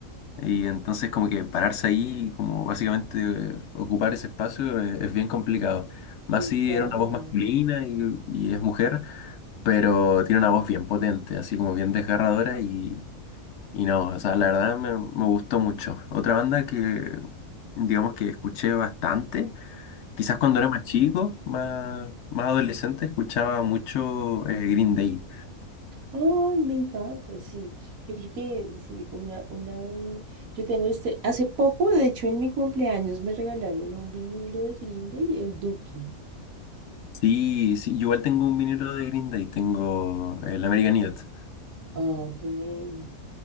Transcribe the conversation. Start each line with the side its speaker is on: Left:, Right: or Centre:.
Left: Y entonces como que pararse ahí, y como básicamente eh, ocupar ese espacio eh, es, bien complicado. Más
Right: Total.
Left: si era una voz masculina y, y es mujer, pero tiene una voz bien potente, así como bien desgarradora y, y no, o sea, la verdad me, me gustó mucho. Otra banda que digamos que escuché bastante, quizás cuando era más chico, más, más adolescente, escuchaba mucho eh, Green Day.
Right: Ay, me encanta, sí. Yo creo que sí, una, una de. Yo tengo este. Hace poco, de hecho, en mi cumpleaños me regalaron un vinilo de Green Day, el Duki.
Left: Sí, sí, yo igual tengo un vinilo de Green Day, tengo eh, el American Idiot.
Right: Ah, tremendo.